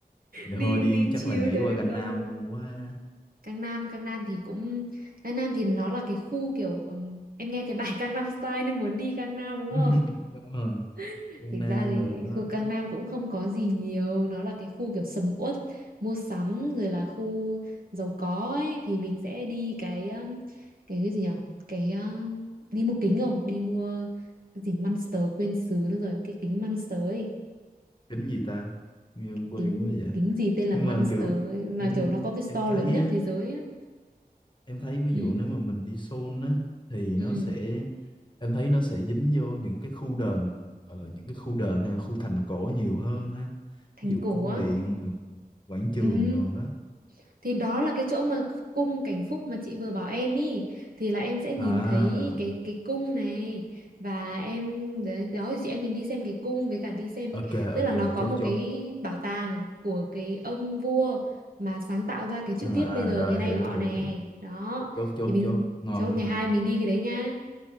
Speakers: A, on the left (about 30°); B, on the right (about 65°).
A: Vậy
B: Đi
A: thôi đi
B: đi
A: chắc
B: chill
A: là nhảy
B: thôi
A: qua
B: được
A: Gành
B: không?
A: Nam luôn quá.
B: Cang Nam, Cang Nam thì cũng Cang Nam thì nó là cái khu kiểu ừm, em nghe cái bài Cang Nam Style nên muốn đi Cang Nam đúng
A: <laughs>
B: không?
A: đúng rồi
B: <laughs>
A: Gangnam
B: Thực ra thì
A: Nam rồi đó
B: khu Cang Nam cũng không có gì nhiều, nó là cái khu kiểu sầm uất, mua sắm rồi là khu giàu có ấy thì mình sẽ đi cái ừm, cái cái gì nhỉ? Cái ờ, đi mua kính không? Đi mua cái gì Monster quên xứ nữa rồi, cái kính Monster ấy
A: kính gì ta nghe quen quen
B: kính
A: quá vậy
B: kính gì tên là
A: nhưng
B: Monster
A: mà kiểu
B: ấy, mà
A: em
B: kiểu nó có cái store
A: em thấy
B: lớn nhất
A: á
B: thế giới á
A: em thấy ví
B: ừ.
A: dụ nếu mà mình đi Seoul á thì
B: ừ.
A: nó sẽ em thấy nó sẽ dính vô những cái khu đền gọi là những cái khu đền hay khu thành cổ nhiều hơn ha
B: thành
A: ví dụ
B: cổ
A: cung
B: á
A: điện quảng trường
B: ừ.
A: rồi đó
B: thì đó là cái chỗ mà cung Cảnh Phúc mà chị vừa bảo em ý thì là em sẽ nhìn
A: à
B: thấy cái cái cung này và em đấy đó thì chị em mình đi xem cái cung với cả đi xem
A: ok
B: tức
A: ok
B: là nó có
A: chốt
B: một
A: chốt
B: cái bảo tàng của cái ông vua mà sáng tạo ra cái chữ
A: à,
B: viết bây giờ
A: à rồi
B: ngày nay
A: hiểu
B: của họ
A: hiểu
B: nè
A: hiểu
B: đó
A: chốt chốt
B: thì mình
A: chốt ngon
B: chốt
A: á
B: ngày
A: ngon
B: hai mình
A: á
B: đi cái đấy nhá